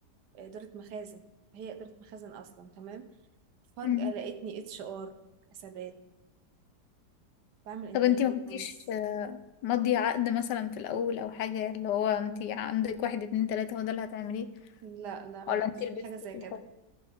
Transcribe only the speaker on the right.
اداره مخازن هي اداره مخازن اصلا تمام فجاه
لقيتني اتش ار حسابات بعمل انترفيو
ناس
لا لا ما
كانش
في حاجة زي
كده